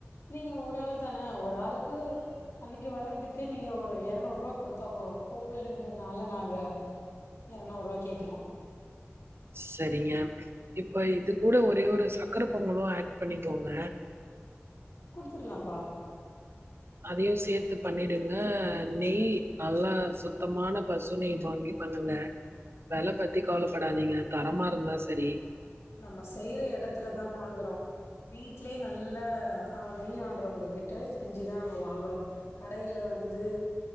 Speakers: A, on the left; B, on the right.
A: நீங்க ஒரு ஆள் தான ஒரு ஆளுக்கு அன்னிக்கு வர்றதுக்கு நீங்க ஒரு இரநூரூவா குடுத்தா போதும் கோவில்ன்றதுனால நாங்க எறநுருவா கேக்றோம்
B: செரிங்க இப்ப இது கூட ஒரே ஒரு சக்கரபொங்கலும் ஆட் பண்ணிக்கோங்க
A: குடுத்துர்லாம்ப்பா
B: அதயும் சேத்து பண்ணிடுங்க நெய் நல்லா சுத்தமான பசு நெய் வாங்கி பண்ணுங்க வெல பத்தி கவலப்படாதீங்க தரமா இருந்தா செரி
A: நம்ம செய்ற எடத்துலதா வாங்கறோம் வீட்லயே நல்ல அ நெய் ஆடறவங்க கிட்ட செஞ்சுதா நம்ம வாங்கறோம் கடைல வந்து